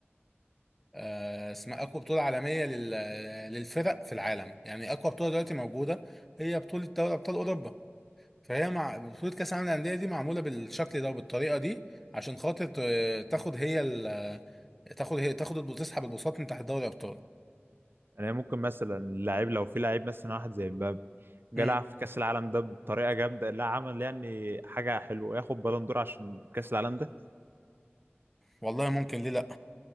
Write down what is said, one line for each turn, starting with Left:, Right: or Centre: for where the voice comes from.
Centre: آه، اسمها أقوى بطولة عالمية لل- للفرق في العالم يعني أقوى بطولة دلوقتي موجودة هي بطولة دوري أبطال أوروبا فهي مع بطولة كأس العالم للأندية دي معمولة بالشكل ده وبالطريقة دي عشان خاطر ت- تاخد هي ال... تاخد هي تاخد الب- تسحب البساط من تحت دوري الأبطال
Right: يعني ممكن مثلا اللاعب لو في لاعب مثلا واحد زي مبابي جه
Centre: امم
Right: لعب في كاس العالم ده بطريقه جامده لا عمل يعني حاجه حلوه ياخد بالون دور عشان كاس العالم ده
Centre: والله ممكن ليه لا